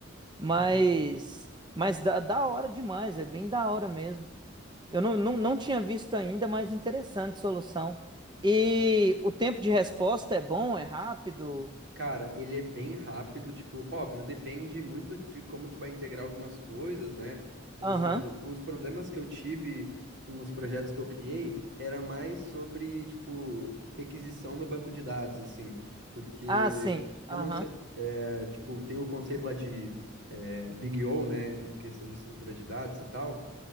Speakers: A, on the right; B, on the right.
A: Mas,
B: Uhum.
A: mas da, da hora demais, é bem da hora mesmo. Eu não, não, não tinha visto ainda, mas interessante solução. E o tempo de resposta é bom, é rápido?
B: Cara, ele é bem rápido, tipo, óbvio, depende muito de como tu vai integrar algumas coisas, né? Por
A: Aham.
B: exemplo, os problemas que eu tive com os projetos que eu criei era mais sobre, tipo, requisição no banco de dados, assim, porque
A: Ah, sim.
B: eu
A: Aham.
B: não sei, é, tipo, tem o conceito lá de eh, Big O, né? Questão de estrutura de dados e tal.